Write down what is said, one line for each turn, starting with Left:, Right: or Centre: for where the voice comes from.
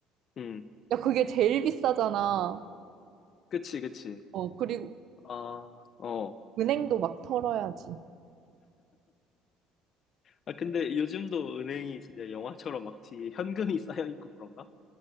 Left: 음,
Right: 야, 그게 제일 비싸잖아.
Left: 그치, 그치.
Right: 어, 그리고
Left: 아, 어.
Right: 은행도 막 털어야지.
Left: 아, 근데 요즘도 은행이 진짜 영화처럼 막 뒤에 현금이 <laughs> 쌓여 있고 그런가?